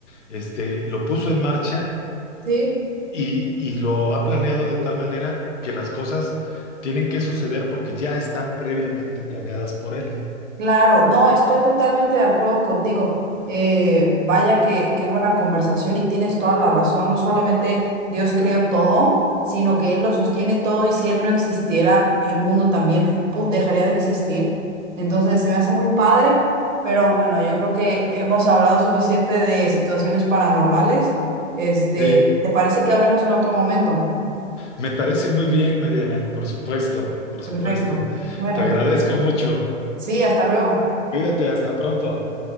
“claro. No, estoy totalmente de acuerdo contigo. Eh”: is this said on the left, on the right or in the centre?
Right